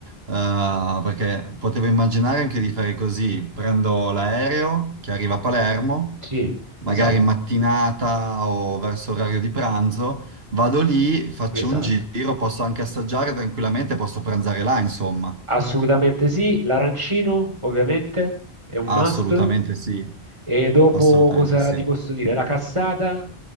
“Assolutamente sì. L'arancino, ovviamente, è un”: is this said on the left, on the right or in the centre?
Right